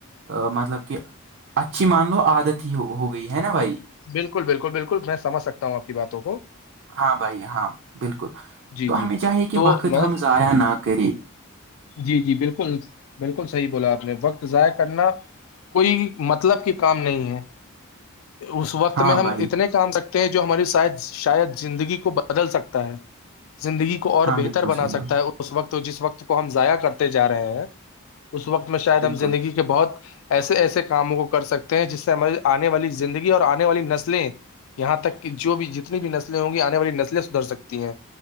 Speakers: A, on the right; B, on the left.
A: آہ مطلب کہ اچھی مان لو عادت ہی ہو گئی ہے نا بھائی
B: بالکل بالکل بالکل میں سمجھ سکتا ہوں آپ باتوں کو
A: ہاں بھائی ہاں بالکل
B: جی
A: تو
B: جی
A: ہمیں چاہیے کہ
B: تو
A: وقت
B: میں
A: ہم ضائع نہ کریں
B: جی جی بالکل بالکل صحیح بولا آپ نے وقت ضائع کرنا کوئی مطلب کے کام نہیں ہے اس وقت
A: ہاں
B: میں ہم
A: بھائی
B: اتنے سکتے ہیں جو ہماری سائیڈ شاید زندگی کو بدل سکتا ہے زندگی کی کو اور
A: ہاں
B: بہتر
A: بالکل
B: بنا
A: صحیح
B: سکتا
A: بات
B: ہے اور اس وقت جس وقت کو ہم ضائع کرتے جا رہے ہیں اس وقت میں شاید
A: بالکل
B: ہم زندگی کے بہت ایسے ایسے کاموں کو کر سکتے ہیں جس سے ہماری آنے والی زندگی اور آنے والی نسلیں یہاں تک کہ جو بھی جتنی بھی نسلیں ہوں گی آنے والی نسلیں سدھر سکتی ہیں